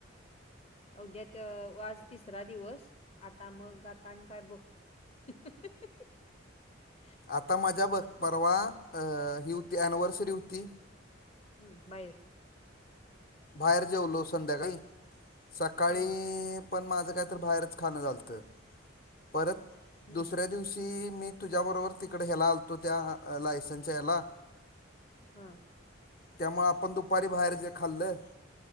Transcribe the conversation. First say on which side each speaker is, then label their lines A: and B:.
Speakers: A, on the left; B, on the left.
A: अवद्यात आज तिसरा दिवस आता मग आता आणि काय बघ. <inaudible>
B: आता माझ्या बघ परवा अ ही होती ॲनव्हर्सरी होती
A: हम्म बाहेर
B: बाहेर जेवलो संध्याकाळी सकाळी
A: हम्म
B: पण माझ काहीतर बाहेरच खाणं झालत परत
A: हम्म
B: दुसऱ्या दिवशी मी तुझ्या बरोबर तिकडे ह्याला आलतो त्या लायसनच्या याला
A: हा.
B: त्यामुळे आपण दुपारी बाहेर जे खाल्लं